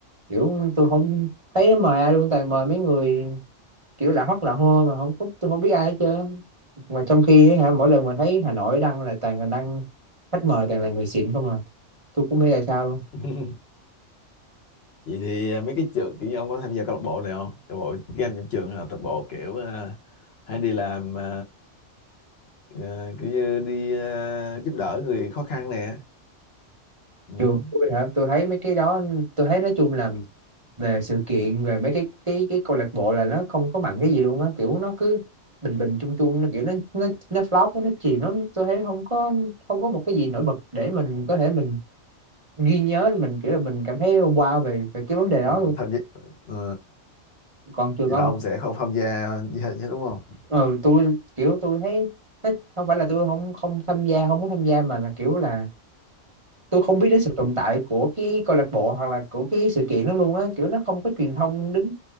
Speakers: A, on the right; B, on the left.
A: kiểu tôi không thấy mời ai luôn toàn mời mấy người kiểu lạ hót lạ hô mà không có- tôi không biết ai hết trơn mà trong khi á hả mỗi lần mà thấy Hà Nội đăng là toàn là đăng khách mời toàn là người xịn không à tôi cũng không biết là sao luôn
B: <laughs> vậy thì ờ, mấy cái trường kiểu như ông có tham gia câu lạc bộ này không câu lạc bộ game trong trường hay là câu lạc bộ kiểu ờ, hay đi làm ờ, ờ, kiểu như đi ờ, giúp đỡ người khó khăn nè ừ.
A: trường tôi hả tôi thấy mấy cái đó tôi thấy nói chung là về sự kiện về mấy cái cái cái câu lạc bộ là nó không có mạnh cái gì luôn á kiểu nó cứ bình bình chung chung nó kiểu nó nó nó flop nó chìm lắm tôi thấy không có không có một cái gì nổi bật để mình có thể mình ghi nhớ mình kiểu là mình cảm thấy wow về về cái vấn đề
B: mình
A: đó luôn
B: tham gia ừ,
A: còn trường
B: vậy
A: ông
B: là ông sẽ không tham gia gì hết chứ đúng không
A: ừ, tôi kiểu tôi thấy nó không phải là tôi không không tham gia không muốn tham gia mà là kiểu là tôi không biết đến sự tồn tại của cái câu lạc bộ hoặc là của cái sự kiện đó luôn á kiểu nó không có truyền thông đến